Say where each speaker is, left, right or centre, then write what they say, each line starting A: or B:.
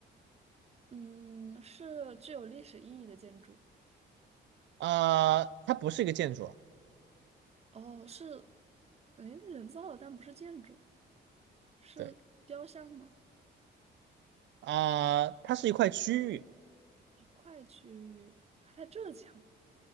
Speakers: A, on the right; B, on the right.
A: 嗯，是具有历史意义的建筑吗？
B: 啊，它不是一个建筑啊，
A: 哦，是，哎，人造的，但不是建筑，是雕像吗？
B: 对啊，它是一块区域，
A: 一块去，还在浙江